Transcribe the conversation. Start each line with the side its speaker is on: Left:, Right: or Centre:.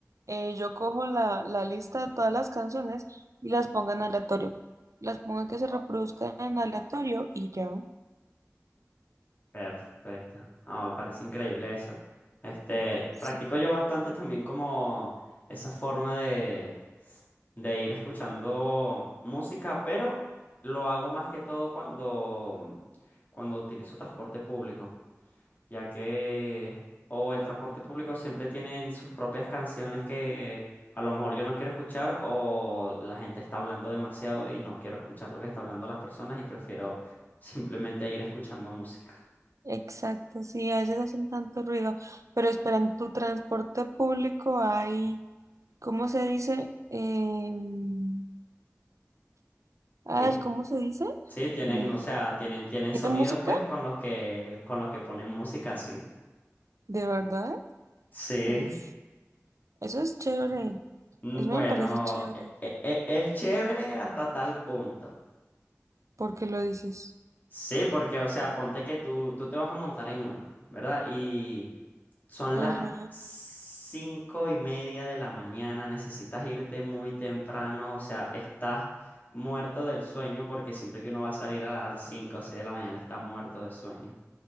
Right: eh, yo cojo la, la lista de todas las canciones y las pongo en aleatorio. Las pongo que se reproduzcan en aleatorio y ya.
Left: Perfecto. Ah, me parece increíble eso. Este,
Right: Sí.
Left: practico yo bastante también como esa forma de, de ir escuchando música, pero lo hago más que todo cuando, cuando utilizo transporte público, ya que o el transporte público siempre tienen sus propias canciones que a lo mejor yo no quiero escuchar o la gente está hablando demasiado y no quiero escuchar lo que está hablando las personas y prefiero simplemente ir escuchando música.
Right: Exacto, sí, a veces hacen tanto ruido. Pero espera, en tu transporte público hay, ¿cómo se dice? Em, ah,
Left: Sí.
Right: ¿cómo se dice?
Left: Sí, tienen,
Right: Eh,
Left: o sea, tienen, tienen
Right: ¿Tiene
Left: sonidos
Right: música?
Left: pues con los que, con los que ponen música así.
Right: ¿De verdad?
Left: Sí.
Right: Ush, eso es chévere.
Left: Mm,
Right: Eso
Left: Bueno,
Right: me parece chévere.
Left: e- e- e- es chévere hasta tal punto.
Right: ¿Por qué lo dices?
Left: Sí, porque, o sea, ponte que tú, tú te vas a montar en uno, ¿verdad? Y son
Right: Ajá.
Left: las cinco y media de la mañana, necesitas irte muy temprano, o sea, estás muerto del sueño porque siempre que uno va a salir a las cinco o seis de la mañana está muerto de sueño.